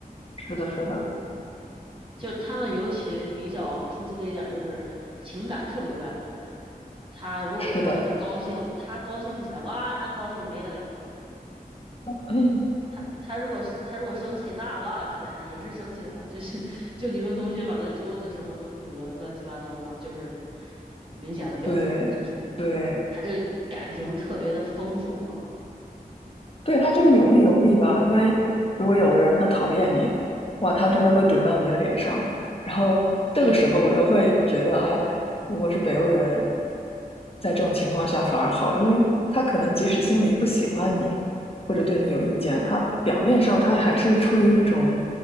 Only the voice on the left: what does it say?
是的，是的。
是的，
嗯，
对，
对，
对，他就是有利有弊吧。因为如果有的人他讨厌你，哇，他真的会怼到你的脸上。然后这个时候我又会觉得，
哎，如果是北欧人，在这种情况下反而好，因为他可能即使心里不喜欢你，或者对你有意见，他表面上他还是出于那种，